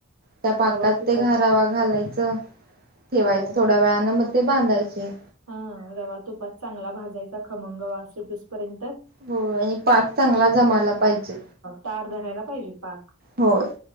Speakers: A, on the right; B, on the right.
A: त्या पाकात
B: रवा तुपात
A: ते रवा घालायचं. ठेवायचे
B: रवा
A: थोड्या वेळान मग
B: हम्म
A: ते बांधायचं.
B: हा. रवा तुपात चांगला भाजायचा खमंग वास सुटूसपर्यंत.
A: होय आणि पाक चांगला जमायला पाहिजे
B: तार धरायला पाहिजे पाक‌.
A: होय.